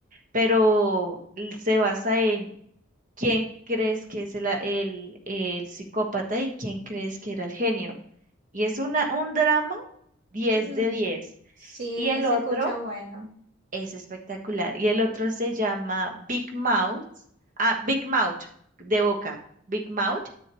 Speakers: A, on the right; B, on the right.
A: pero l- se basa en quién crees que es el, a- el, el psicópata y quién crees que era el genio. Y es una, un drama diez
B: Mm,
A: de diez
B: Sí,
A: Y el
B: se
A: otro
B: escucha bueno.
A: es espectacular. Y el otro se llama Big Mouth. Ah, Big Mouth, de boca. Big Mouth